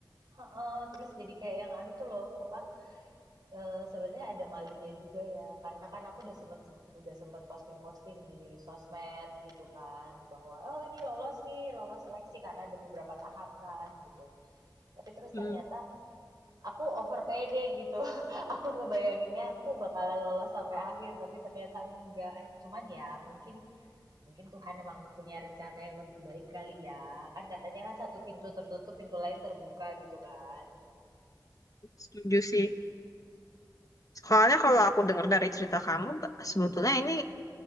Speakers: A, on the right; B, on the left.
A: Heeh, terus jadi kayak yang anu tuh loh, apa? Eee, sebenarnya ada malunya juga ya, karena kan aku udah sempet sem udah sempet posting-posting di sosmed gitu kan, bahwa, "Oh ini lolos nih, lolos seleksi," karena ada beberapa tahap kan gitu. Tapi terus
B: Hmm,
A: ternyata aku over pede gitu, <laughs> aku ngebayanginnya aku bakalan lolos sampai akhir, tapi ternyata enggak. Cuman ya mungkin mungkin Tuhan emang punya rencana yang lebih baik kali ya, kan katanya kan satu pintu tertutup, pintu lain terbuka gitu kan.
B: setuju sih. Soalnya kalau aku dengar dari cerita kamu, ba- sebetulnya ini